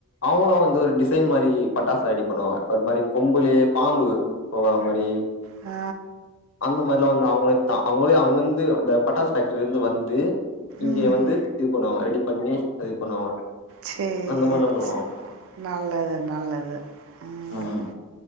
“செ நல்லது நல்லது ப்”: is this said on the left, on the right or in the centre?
Right